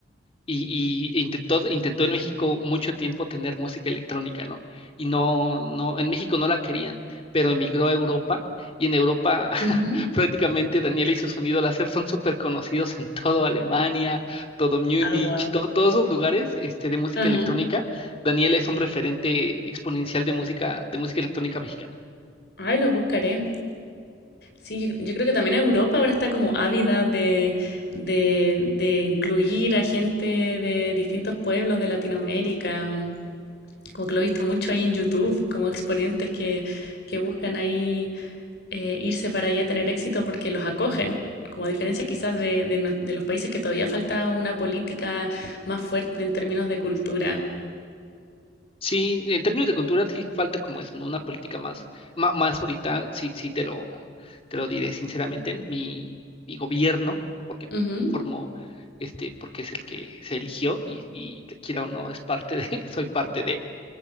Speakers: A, on the left (about 35°); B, on the left (about 65°).
A: y, y intentó, intentó en México mucho tiempo tener música electrónica, ¿no? Y no, no, en México no la querían, pero emigró a Europa y en Europa <laughs>
B: Ujú.
A: prácticamente Daniel y su sonido láser son súper conocidos en todo Alemania, todo Múnich,
B: Ah, guau.
A: to- todos esos lugares este, de música
B: Ajá.
A: electrónica. Daniel es un referente exponencial de música, de música electrónica mexicana.
B: Ay, lo buscaré. Sí, yo, yo creo que también Europa ahora está como ávida de, de, de incluir a gente de distintos pueblos de Latinoamérica. Como que lo he visto mucho ahí en YouTube, como exponentes que, que buscan ahí eh, irse para allá a tener éxito porque los acogen, como a diferencia quizás de, de, no- de los países que todavía falta una política más fuerte en términos de cultura.
A: Sí, en términos de cultura sí falta como eso, ¿no? Una política más, ma- más, ahorita, sí, sí te lo, te lo diré sinceramente, mi, mi gobierno, porque
B: Ujú,
A: formó, este, porque es el que se eligió y, y quiera o no, es parte de, <laughs> soy parte de,